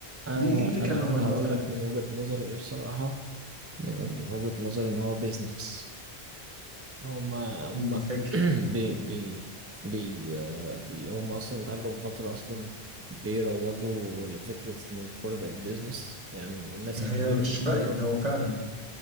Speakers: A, on the right (about 20°); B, on the right (about 40°).
A: انا
B: ليه ايه الفكره
A: انا
B: ان هم
A: انا
B: يعملوها
A: هقول
B: في ثلاث
A: لك من وجهة نظري ايه بصراحة من وجهة نظري ان هو بيزنس هما هما
B: دول الفكره
A: <clears throat> بي بي بي آه، بي هما اصلا بقالهم فترة اصلا بيروجوا لفكرة ان الكورة بقت بيزنس يعني الناس
B: هي
A: الكبيرة
B: مش
A: في الكورة
B: بقت ده هو فعلا